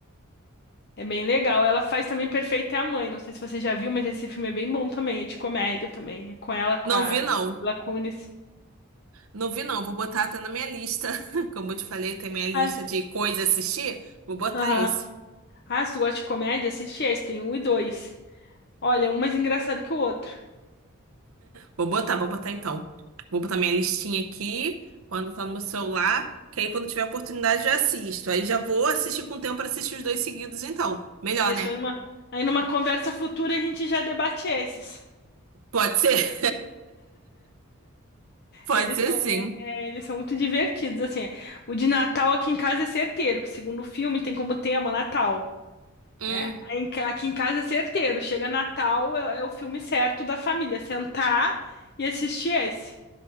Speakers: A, on the left (about 50°); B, on the right (about 75°).
A: É bem legal. Ela faz também Perfeita é a Mãe. Não sei se você já viu, mas esse filme é bem bom também. É de comédia também. É com ela, com
B: Não
A: a
B: vi, não.
A: Mila Kunis.
B: Não vi, não. Vou botar até na minha lista. <laughs> Como eu te falei, tem minha lista
A: Ah,
B: de coisas a assistir. Vou botar
A: aham.
B: esse.
A: Ah, se tu gosta de comédia, assiste esse. Tem um e dois. Olha, um mais engraçado que o outro.
B: Vou botar, vou botar então. Vou botar minha listinha aqui, quando tá no meu celular, que aí quando tiver oportunidade eu assisto. Aí já vou assistir com tempo pra assistir os dois seguidos, então. Melhor,
A: Isso,
B: né?
A: aí numa, aí numa conversa futura a gente já debate esses.
B: Pode ser? <laughs> Pode
A: Eles
B: ser
A: são,
B: sim.
A: é- é, eles são muito divertidos, assim. O de Natal aqui em casa é certeiro, que segundo o filme tem como tema Natal.
B: Hum,
A: né? Aí em ca- Aqui em casa é certeiro. Chega Natal, é, é o filme certo da família. Sentar e assistir esse.